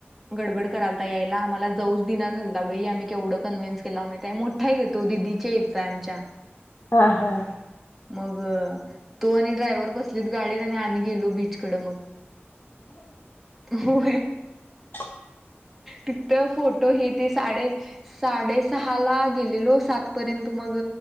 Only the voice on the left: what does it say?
हा हा.
<inaudible>